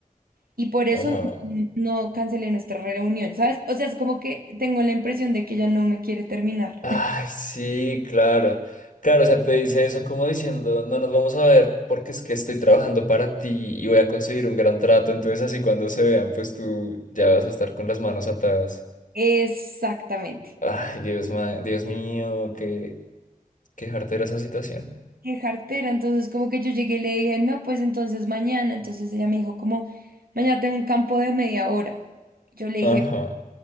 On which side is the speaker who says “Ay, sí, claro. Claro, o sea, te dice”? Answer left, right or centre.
Left